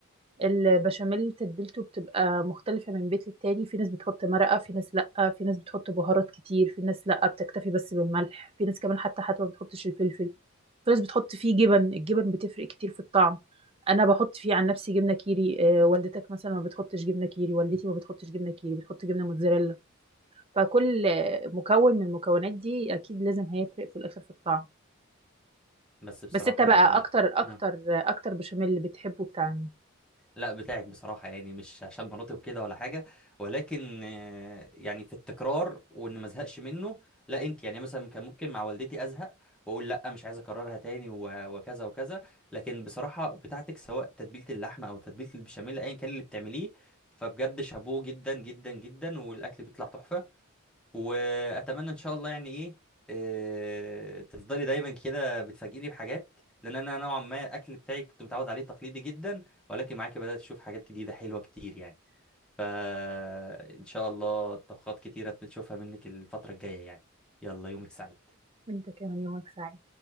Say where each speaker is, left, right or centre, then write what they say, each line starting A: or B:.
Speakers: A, on the right (about 30°); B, in the centre.
A: البشاميل تتبيلته بتبقى مختلفه من بيت للتاني في ناس بتحط مرقه في ناس لا في ناس بتحط بهارات كتير في ناس لا بتكتفي بس بالملح في ناس كمان حتى حتى ما بتحطش الفلفل في ناس بتحط فيه جبن الجبن بتفرق كتير في الطعم انا بحط فيه عن نفسي جبنه كيري آه، والدتك مثلا ما بتحطش جبنه كيري والدتي ما بتحطش جبنه كيري بتحط جبنه موتزاريلا فكل مكون من المكونات دي اكيد لازم هيفرق في الاخر في الطعم
B: بس بصراحه
A: بس انت بقى
B: يعني
A: اكتر اكتر
B: آه.
A: اكتر بشاميل بتحبه بتاع مين
B: لا بتاعك بصراحة يعني مش عشان مناطق وكده ولا حاجة ولكن آه، يعني في التكرار وان ما ازهقش منه لا انت يعني مثلا كان ممكن مع والدتي ازهق واقول لا مش عايز اكررها تاني و- وكذا وكذا لكن بصراحة بتاعتك سواء تتبيلة اللحمة او تتبيلة البشاميل ايا كان اللي بتعمليه فبجد شابوه جدا جدا جدا والاكل بيطلع تحفة واتمنى ان شاء الله يعني ايه آه، تفضلي دايما كده بتفاجئني بحاجات لان انا نوعا ما الاكل بتاعي كنت متعود عليه تقليدي جدا ولكن معاكي بدات اشوف حاجات جديده حلوه كتير يعني فان شاء الله طبخات كتيره نشوفها منك الفتره الجايه يعني يلا يومك سعيد
A: وانت كمان يومك سعيد